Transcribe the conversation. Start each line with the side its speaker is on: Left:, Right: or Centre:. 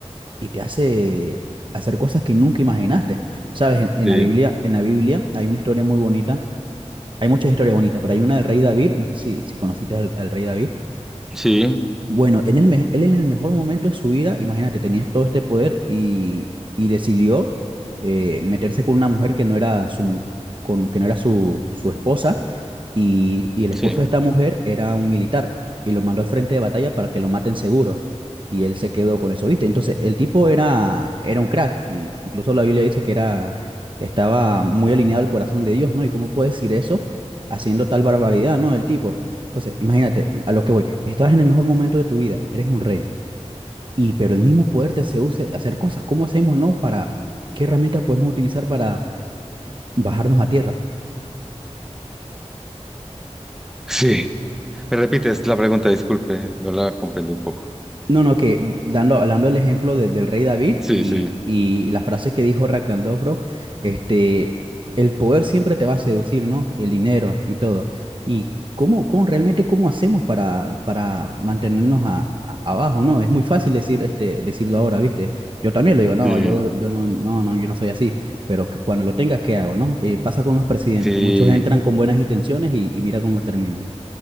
Right: y te hace hacer cosas que nunca imaginaste. Sabes, en, en
Centre: Sí,
Right: la Biblia, en la Biblia hay una historia muy bonita, hay muchas historias bonitas, pero hay una del rey David, no sé si, si conociste al, al rey David.
Centre: sí,
Right: Bueno, en el me- él en el mejor momento de su vida, imagínate, tenía todo este poder y, y decidió eh, meterse con una mujer que no era su, mu- con, que no era su, su esposa y, y el esposo
Centre: sí,
Right: de esta mujer era un militar y lo mandó al frente de batalla para que lo maten seguro. Y él se quedó con eso, ¿viste? Entonces, el tipo era, era un crack. Y incluso la Biblia dice que era, estaba muy alineado al corazón de Dios, ¿no? ¿Y cómo puede decir eso haciendo tal barbaridad, ¿no? El tipo. Entonces, imagínate, a lo que voy. Estás en el mejor momento de tu vida, eres un rey. Y, pero el mismo poder te seduce a hacer cosas. ¿Cómo hacemos, no? Para, ¿qué herramientas podemos utilizar para bajarnos a tierra?
Centre: sí. Me repites la pregunta, disculpe, no la comprendí un poco.
Right: No, no, que dando, hablando el ejemplo de- del rey David
Centre: Sí,
Right: y,
Centre: sí,
Right: y la frase que dijo Ragnar Lothbrok, este, el poder siempre te va a seducir, ¿no? El dinero y todo. ¿Y cómo, cómo realmente cómo hacemos para, para mantenernos a- a- abajo, ¿no? Es muy fácil decir, este, decirlo ahora, ¿viste? Yo también lo digo, no,
Centre: sí,
Right: yo, yo no, no, no, yo no soy así, pero cu- cuando lo tenga, ¿qué hago, no? Eh, pasa con los presidentes,
Centre: sí,
Right: muchos entran con buenas intenciones y, y mira cómo terminan.